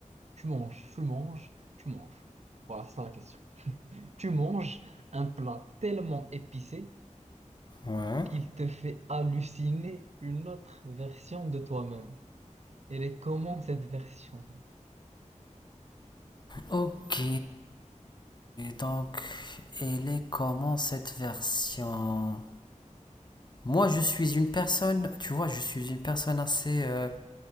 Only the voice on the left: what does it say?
Ouais.
Ok, donc elle est comment cette version? Moi, je suis une personne, tu vois, je suis une personne assez, euh,